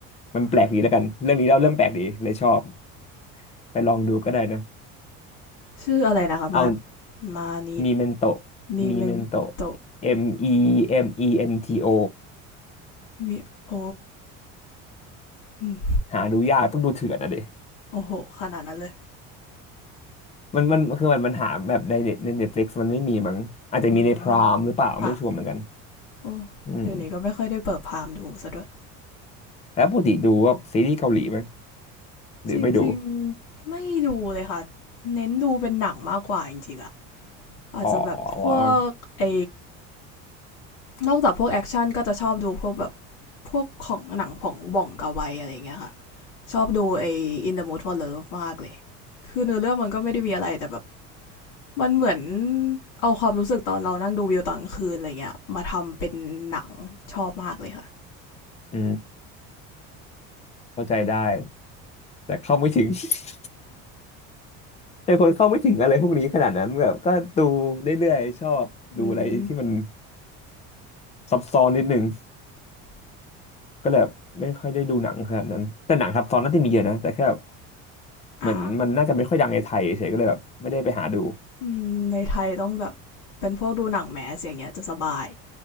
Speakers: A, on the left; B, on the left.
A: มันแปลกดีแล้วกันเรื่องนี้เล่าเรื่องแปลกดีเลยชอบ
B: ค่ะ
A: ไปลองดูก็ได้นะ
B: ชื่ออะไรนะคะมา
A: เอา
B: มานิ
A: มีเมนโต
B: นิเมนโต
A: มีเมนโต M E M E N T O
B: มิโออืม
A: หาดูยากต้องดูเถื่อนอะเด็
B: โอ้โหขนาดนั้นเลย
A: มันมันคือมันมันหาแบบในเน็ตในเน็ตฟลิกซ์มันไม่มีมั้งอาจจะมีในพรามหรือเปล่าไม่ชัวร์เหมือนกัน
B: อืมค่ะโอ้เดี๋ยวนี้ก็ไม่ค่อยได้เปิดพามดูซะด้วย
A: อืมแล้วปกติดูว่าซีรีส์เกาหลีไหมหรือไม่ดู
B: จริงๆไม่ดูเลยค่ะเน้นดูเป็นหนังมากกว่าจริงๆอะ อาจจะแบบพวกเอ
A: อ๋อ
B: นอกจากพวกแอคชั่นก็จะชอบดูพวกแบบพวกของหนังของบ่องกาไวอะไรอย่างเงี้ยค่ะชอบดูไอ In the Mood for Love มากเลยคือเนื้อเรื่องมันก็ไม่ได้มีอะไรแต่แบบมันเหมือนเอาความรู้สึกตอนเรานั่งดูวิวตอนกลางคืนอะไรเงี้ยมาทำเป็นหนังชอบมากเลยค่ะ
A: อืมเข้าใจได้แต่เข้าไม่ถึง <laughs> เป็นคนเข้าไม่ถึงอะไรพวกนี้ขนาดนั้นแบบก็ดูเรื่อยๆชอบดูอะไรที่มัน
B: อืม
A: ซับซ้อนนิดนึงก็เลยแบบไม่ค่อยได้ดูหนังขนาดนั้นแต่หนังซับซ้อนน่าจะมีเยอะนะแต่แค่
B: อ่า
A: เหมือนมันน่าจะไม่ค่อยดังในไทยเฉยก็เลยแบบไม่ได้ไปหาดู
B: อืมในไทยต้องแบบเป็นพวกดูหนังแมสอย่างเงี้ยจะสบาย